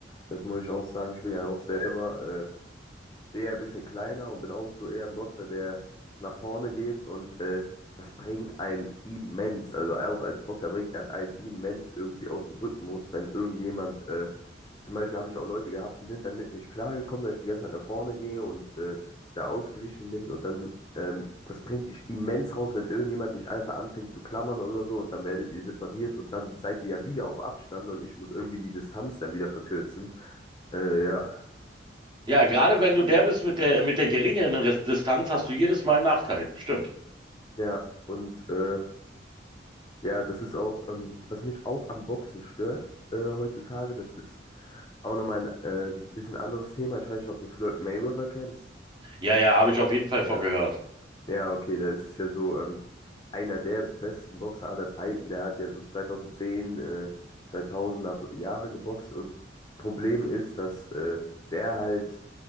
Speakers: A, on the left; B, on the right.
A: das muss ich auch sagen, ich bin ja auch selber äh, eher ein bisschen kleiner und bin auch so eher ein Boxer, der nach vorne geht und äh, das bringt einen immens, also auch als Boxer bringt das einen immens irgendwie aus dem Rhythmus, wenn irgendjemand, äh, zum Beispiel habe ich auch Leute gehabt, die sind dann mit nicht klargekommen, dass ich die ganze Zeit nach vorne gehe und äh, da ausgewichen bin und dann, ähm, das bringt dich immens raus, wenn irgendjemand dich einfach anfängt zu klammern oder so und dann werdet ihr separiert und dann seid ihr ja wieder auf Abstand und ich muss irgendwie die Distanz dann wieder verkürzen. Äh, ja,
B: Ja, gerade wenn du der bist mit der, mit der geringeren Res- Distanz, hast du jedes Mal einen Nachteil. Stimmt.
A: ja, und äh, Ja, das ist auch, ähm, was mich auch am Boxen stört äh, heutzutage, das ist auch nochmal ein äh, bisschen anderes Thema. Ich weiß nicht, ob du Floyd Mayweather kennst.
B: Ja, ja, habe ich auf jeden Fall
A: Ja,
B: von gehört.
A: ja, okay, da ist es ja so, ähm, einer der besten Boxer aller Zeiten, der hat ja so 2010 äh, 2000 Jahre geboxt und Problem ist, dass äh, der halt,